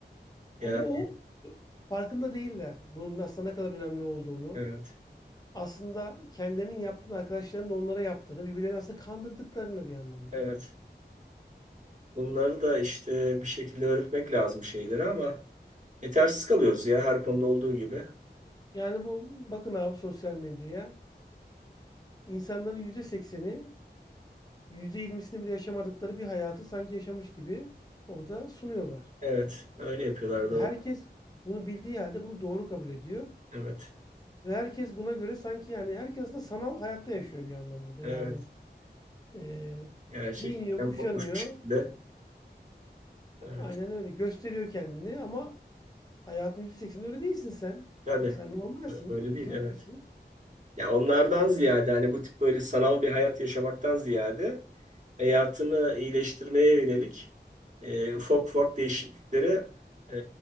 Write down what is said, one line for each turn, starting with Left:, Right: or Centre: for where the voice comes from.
Right: Yani
Left: Hani o farkında değiller bunun aslında ne kadar önemli olduğunu.
Right: evet,
Left: Aslında kendilerinin yaptığını, arkadaşlarının da onlara yaptığını, birbirlerini aslında kandırdıklarını bir anlamda.
Right: evet. Bunları da işte bir şekilde öğretmek lazım şeyleri ama yetersiz kalıyoruz ya her konuda olduğu gibi.
Left: Yani bu bakın abi sosyal medyaya insanların yüzde sekseni yüzde yirmisini bile yaşamadıkları bir hayatı sanki yaşamış gibi orada sunuyorlar.
Right: Evet, öyle yapıyorlar
Left: Herkes
Right: doğru.
Left: bunu bildiği halde bunu doğru kabul ediyor.
Right: Evet,
Left: Ve herkes buna göre sanki yani herkes aslında sanal hayatta yaşıyor bir anlamda da.
Right: evet.
Left: Yani e,
Right: Gerçekten
Left: giyiniyor, kuşanıyor.
Right: kopmuş bir şekilde. Evet.
Left: Aynen öyle. Gösteriyor kendini ama hayatın %80'inde öyle değilsin sen.
Right: Tabii.
Left: Yani sen normalsin.
Right: Ee, Öyle değil.
Left: Bizim
Right: Evet.
Left: gibisin.
Right: Ya onlardan ziyade hani bu tip böyle sanal bir hayat yaşamaktan ziyade hayatını iyileştirmeye yönelik e, ufak ufak değişikliklere e,